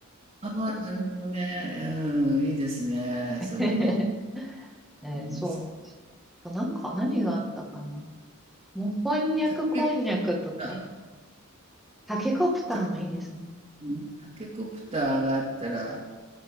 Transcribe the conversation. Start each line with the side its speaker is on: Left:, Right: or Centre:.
Right: ああ、なるほどね。うん、いいですね。
Centre: <laughs>
Right: それも。
Centre: えーそうなんですよ。
Right: うん、そう
Centre: あとなんか、何があったかな。もう、こんにゃくこんにゃくとか、
Right: タケコプター、
Centre: タケコプターもいいですね。
Right: タ、うんタケコプターがあったら、